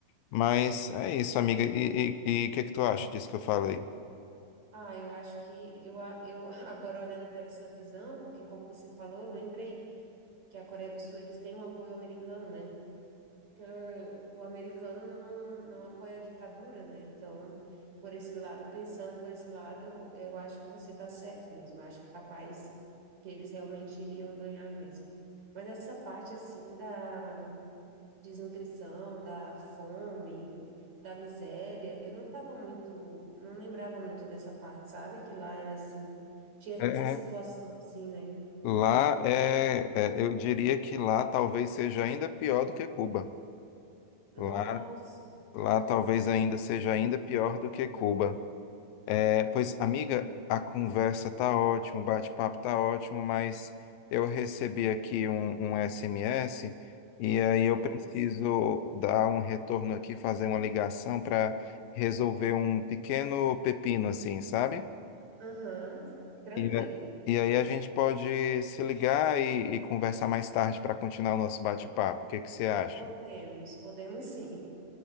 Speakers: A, on the left; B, on the right.
A: Mas é isso, amiga. E o que é que tu acha disso que eu falei?
B: Ah, eu acho que eu, a- eu <laughs> agora olhando para essa visão, porque como você falou, eu lembrei que a Coreia do Sul eles têm um apoio americano, né? que o americano não, não apoia a ditadura, né? Então, por esse lado, pensando por esse lado, eu, eu acho que você está certo mesmo. Eu acho que é capaz que eles realmente iriam ganhar mesmo. Mas essa parte, assim, da desnutrição, da fome, da miséria, eu não estava muito, não lembrava muito dessa parte, sabe? Que lá era assim, tinha
A: É,
B: essa situação assim, né?
A: lá é, é, eu diria que lá talvez seja ainda pior do que Cuba.
B: Nossa,
A: Lá, lá talvez ainda seja ainda pior do que Cuba. É, pois, amiga, a conversa tá ótima, o bate-papo tá ótimo, mas eu recebi aqui um, um SMS e aí eu
B: ah,
A: preciso
B: sim.
A: dar um retorno aqui, fazer uma ligação para resolver um pequeno pepino, assim, sabe?
B: Aham, tranquilo.
A: E, a- e aí a gente pode se ligar e, e conversar mais tarde para continuar o nosso bate-papo. O que que você acha?
B: Podemos, podemos sim.